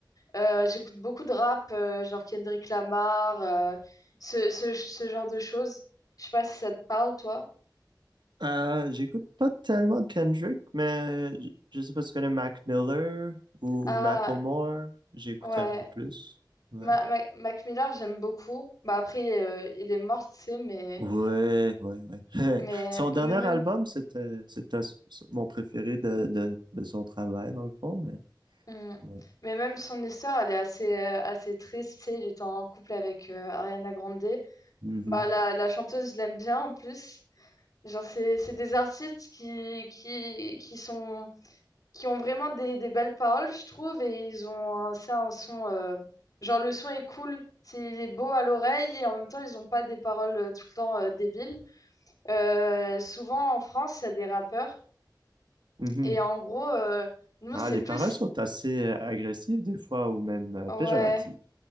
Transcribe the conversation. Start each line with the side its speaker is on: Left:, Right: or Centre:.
Left: Euh, j'écoute beaucoup de rap, euh, genre Kendrick Lamar, euh, ce, ce, ce genre de choses. Je sais pas si ça te parle, toi.
Right: Euh, j'écoute pas tellement de Kendrick, mais je je sais pas si tu connais Mac Miller ou
Left: Ah,
Right: Macklemore. J'écoute
Left: ouais.
Right: un peu plus. Ouais.
Left: Ma- Ma- Mac Miller, j'aime beaucoup. Bah après, euh, il est mort, tu sais, mais,
Right: Ouais, ouais, ouais.
Left: mais,
Right: <laughs> Son dernier
Left: mais même,
Right: album, c'était, c'était s- s- mon préféré de, de, de son travail, dans le fond, mais
Left: Hmm.
Right: ouais.
Left: mais même son histoire, elle est assez, euh, assez triste, tu sais. Il était en couple avec euh, Ariana Grande.
Right: Mhm.
Left: Bah la, la chanteuse, je l'aime bien en plus. Genre, c'est, c'est des artistes qui, qui, qui sont, qui ont vraiment des, des belles paroles, je trouve, et ils ont un, ça, un son, euh, genre le son est cool. C'est, il est beau à l'oreille et en même temps, ils n'ont pas des paroles euh, tout le temps euh, débiles. Euh, souvent en France, il y a des rappeurs.
Right: Mhm.
Left: Et en gros, euh, nous,
Right: Ah,
Left: c'est
Right: les
Left: plus...
Right: paroles sont assez euh, agressives des fois, ou même euh,
Left: Ouais.
Right: péjoratives.